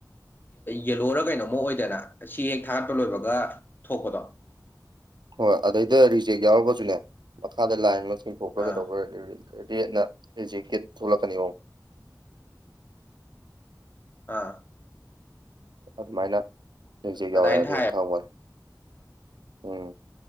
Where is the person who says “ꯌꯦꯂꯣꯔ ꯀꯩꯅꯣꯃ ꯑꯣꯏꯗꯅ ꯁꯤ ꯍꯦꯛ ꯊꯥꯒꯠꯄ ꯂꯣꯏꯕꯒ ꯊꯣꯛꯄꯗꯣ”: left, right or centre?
Left